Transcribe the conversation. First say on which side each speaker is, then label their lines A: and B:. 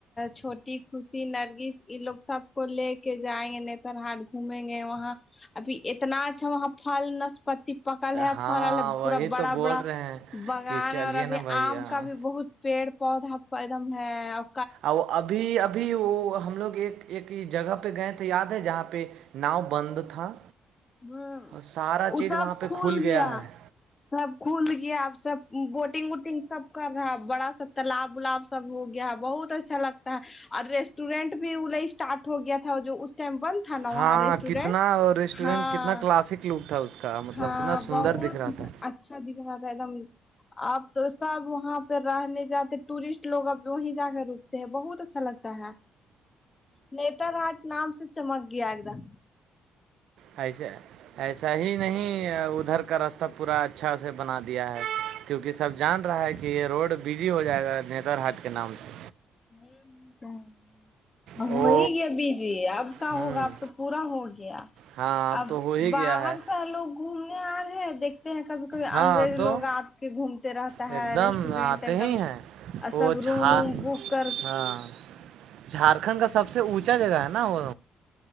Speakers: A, on the left (about 30°); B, on the right (about 75°).
A: چھوٹی خوشی نرگس یہ لوگ سب کو لے کے جائیں گے نتر ہاٹ گھومیں گے وہاں ابھی اتنا اچھا وہاں پھل نسپتی پکل ہے
B: ہاں
A: پھل
B: وہی
A: پورا بڑا
B: تو بول
A: بڑا
B: رہے ہیں
A: بگان
B: کہ چلیے
A: اور ابھی
B: نا بھائی
A: آم
B: ہاں
A: کا بھی بہت پیڑ پودا پھل دم ہےاب
B: اور ابھی ابھی وہ ہم لوگ ایک ایک ہی جگہ پہ گئے تو یاد ہے جہاں پہ ناؤ بند تھا
A: ہاں
B: اور سارا
A: وہ
B: چیز
A: سب
B: وہاں پہ
A: کھول
B: کھل
A: گیا
B: ہے
A: سب کھل گیا اب سب بوٹنگ وٹنگ سب کر رہا اب بڑا سک تالاب ولاب سب ہو گیا بہت اچھا لگتا ہے اور ریسٹورینٹ بھی وہ لے اسٹارٹ ہو گیا تھا جو اس ٹائم بند تھا نا
B: ہاں
A: وہاں ریسٹورینٹ
B: کتنا وہ ریسٹورینٹ
A: ہاں
B: کتنا کلاسک لک تھا اس کا مطلب
A: ہاں
B: کتنا سندر
A: بہت
B: دیکھ رہا تھا
A: اچھا دیکھ رہا تھا ایک دم اب تو سب وہاں پہ رہنے جاتے ٹورسٹ لوگ اب وہی جا کر روکتے ہیں بہت اچھا لگتا ہے نیتر ہاٹ نام سے چمک گیا ہے ادھر
B: ایسے ایسا ہی نہیں ادھر کا رستہ پورا اچھا سے بنا دیا ہے کیونکہ سب جان رہا ہے کہ یہ روڈ بزی ہو جائے گا نیتر ہاٹ کے نام سے
A: <unintelligible>
B: او
A: ہو ہی گئے بزی اب کا
B: ہوں
A: ہوگا اب تو پورا ہو گیا
B: ہاں
A: اب
B: تو ہو ہی
A: باہر
B: گیا ہے
A: سے لوگ گھومنے آ رہے ہیں دیکھ ہیں کبھی کبھی
B: ہاں
A: انگریز
B: تو
A: لوگ آپ کے گھومتے رہتا
B: ایک
A: ہے
B: دم
A: ریسٹورینٹ
B: آتے
A: ایک
B: ہی
A: دم
B: ہیں
A: ا
B: وہ
A: سب
B: جھا
A: روم بک کر
B: ہاں جھارکھنڈ کا سب سے اونچا جگہ ہے نا وہ